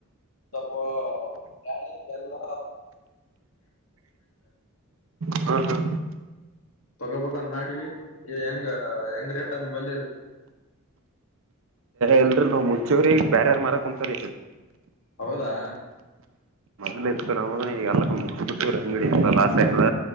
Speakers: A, on the left; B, on the right.
A: ಸ್ವಲ್ಪ ಗಾಳಿ ಎಲ್ಲ
B: ಹ್ಮ ಹ್ಮ
A: ತಗೋಬಗ್ ಮಾಡಿವ ಹೆಂಗ ಹೆಂಗ ರೇಟ್ ಅ ಬಲ್ಲಿ
B: ಇಲ್ರರಿ ನಾವ್ ಮುಚ್ಚೋರಿ ಬ್ಯಾರ್ಯಾರ್ ಮರಕ್ ಕುಂತಾರ
A: ಹೌದಾ
B: ಎತ್ಕೊಂಡೋದ ಎಲ್ಲ ಮುತ್ಬಟ್ಟ ಅಂಗಡಿ ಲ ಆಾಸಲ್ಲ